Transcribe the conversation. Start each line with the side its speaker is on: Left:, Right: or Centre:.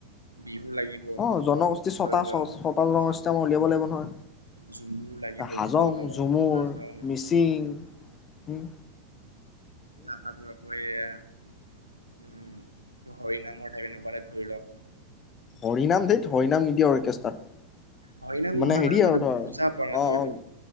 Right: বিহু লাগিব
Left: অঁ, জনগোষ্ঠী
Right: ধৰি
Left: ছয়টা,
Right: ল তাৰপিছত
Left: ছয়টা জনগোষ্ঠী আমাৰ উলিয়াব লাগিব নহয়।
Right: ঝুমুৰ লাগিব
Left: হাজং,
Right: ধৰি ল'।
Left: ঝুমুৰ,
Right: হাজং।
Left: মিচিং উম্।
Right: তাৰ পা, তোৰ আকৌ এইয়া। উম্। হৰি নামৰ টাইপ এনেকুৱা এটা ধৰি ল।
Left: হৰি নাম। ধেৎ, হৰিনাম নিদিয়ে অৰ্কেষ্টাত।
Right: হৰিনাম নহয়
Left: মানে হেৰি,
Right: মইতো
Left: আৰু ধৰ
Right: বুজা পোৱা নাই
Left: অঁ,
Right: তোৰ এইটো